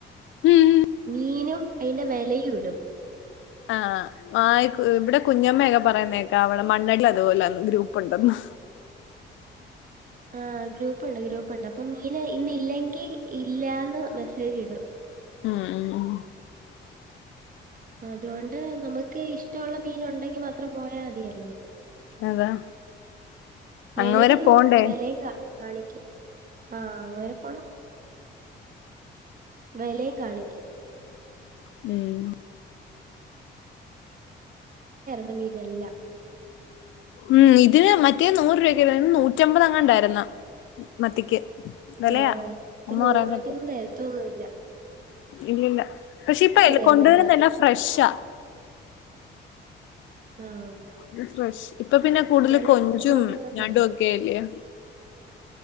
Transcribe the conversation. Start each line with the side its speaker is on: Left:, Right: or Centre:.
Left: ഉം
Right: മീനും അയിന്റെ വെലയുടും
Left: ആ ആയ് ഇവിടെ കുഞ്ഞമ്മയൊക്കെ പറയുന്നത്കേക്കാ അവിടെ മണ്ണടിൽ അതു പോലാന്ന് ഗ്രൂപ്പ് ഉണ്ടന്നു
Right: ആ ആ ഗ്രൂപ്പുണ്ട് ഗ്രൂപ്പുണ്ട് അപ്പൊ മീൻ ഇന്ന് ഇല്ലെങ്കി ഇല്ലാന്ന് മെസ്സേജ് ഇടും
Left: മ് മ് മ്മ്
Right: അതുകൊണ്ട്, നമുക്ക് ഇഷ്ടമുള്ള മീൻ ഉണ്ടെങ്കി മാത്രം പോയാൽ മതിയല്ലോ
Left: അതാ അങ്ങ്
Right: വെലയും
Left: വരെ
Right: നോക്കും
Left: പോണ്ടേ
Right: വെലയും കാ കാണിക്കും വാങാനും പോണം വെലയും കാണിക്കും
Left: മ്മ്
Right: സമിതല്ല
Left: ഉം ഇതിന് മറ്റേ നൂറ് രൂപക്കില്ലെ ഇന്ന് നൂറ്റമ്പതങ്ങാണ്ടായിരുന്നു മ് മത്തിക്ക് വിലയാ
Right: ആഹ ഇപ്പൊ
Left: അമ്മ
Right: നൂറുരൂപക്കൊന്നും
Left: പറയുന്ന
Right: തരത്തൊന്നുല്ല
Left: ഇല്ലല്ല പക്ഷെ ഇപ്പഴേകൊണ്ടുവരുന്നെല്ലാം
Right: തരുന്നെ എല്ലാം
Left: ഫ്രഷാ
Right: ആഹ്
Left: മ്.. ഫ്രഷ് ഇപ്പൊ പിന്നെ കൂടുതലും
Right: ഇന്നലെയും
Left: കൊഞ്ചും
Right: ഇവിടെ കൊണ്ടുവന്നല്ലോ
Left: ഞണ്ടോക്കെല്ലെയോ